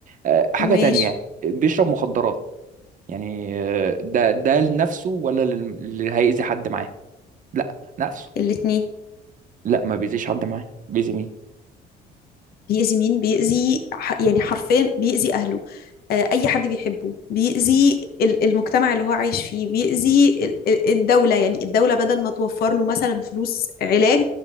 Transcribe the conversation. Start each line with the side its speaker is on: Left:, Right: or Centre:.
Right: آه، حاجه
Left: ماشي
Right: تانية بيشرب مخدرات يعني آه، ده ده لنفسه ولا لل- اللي هيأذي حد معاه لا نفسه
Left: الاتنين
Right: لا ما بيأذيش حد معاه بيأذي مين
Left: بيأذي مين بيأذي ح- يعني حرفيا بيأذي أهله آه، أي حد بيحبه بيأذي ال- المجتمع اللي هو عايش فيه بيأذي ال- ال- الدولة يعني الدولة بدل ما توفر له مثلا فلوس علاج